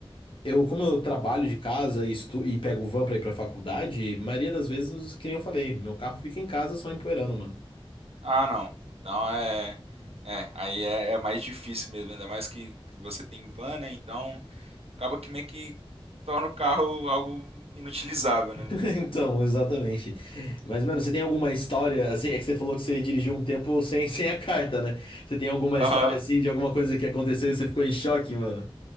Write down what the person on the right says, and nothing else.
Ah, não. Então é. É, aí é, é mais difícil mesmo, ainda mais que, que você tem van, né? Então. Acaba que meio que torna o carro algo inutilizável,
né?
Aham.